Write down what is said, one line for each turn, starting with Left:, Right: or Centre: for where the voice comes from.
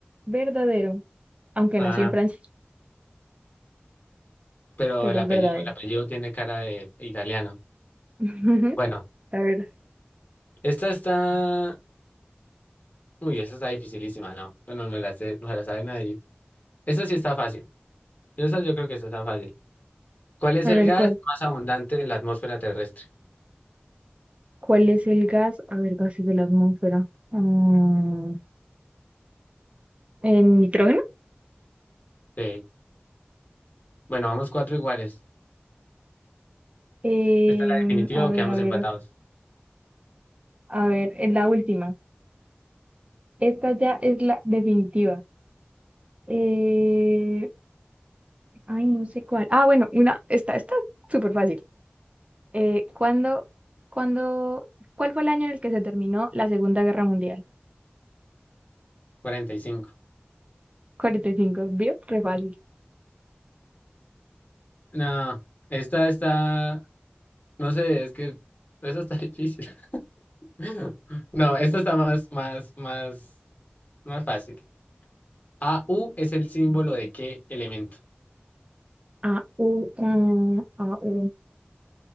Right: Verdadero. Aunque
Left: Ah,
Right: nació en Francia,
Left: pero
Right: pero
Left: el apellido,
Right: es verdadero.
Left: el apellido tiene cara de italiano.
Right: <laughs>
Left: Bueno,
Right: A ver,
Left: esta está, uy, esta está dificilísima, ¿no? Bueno, no me la sé, no se la sabe nadie. Esta sí está fácil. Esta yo creo que esta está fácil. ¿Cuál es
Right: a
Left: el
Right: ver
Left: gas
Right: cuál.
Left: más abundante en la atmósfera terrestre?
Right: ¿Cuál es el gas? A ver, gases de la atmósfera. Ah, ¿el nitrógeno?
Left: Sí. Bueno, vamos cuatro iguales.
Right: Em,
Left: ¿Esta es la definitiva
Right: a
Left: o
Right: ver,
Left: quedamos
Right: a ver,
Left: empatados?
Right: a ver, es la última. Esta ya es la definitiva. Eh, ay, no sé cuál. Ah, bueno, una, esta está súper fácil. Eh, ¿cuándo, cuándo, cuál fue el año en el que se terminó la Segunda Guerra Mundial?
Left: 45.
Right: 45, ¿vio? Re fácil.
Left: No, esta está, no sé, es que esa está <laughs> difícil. <laughs> No, esta está más, más, más, más fácil. AU es el símbolo de qué elemento.
Right: A, U, mm, A, U.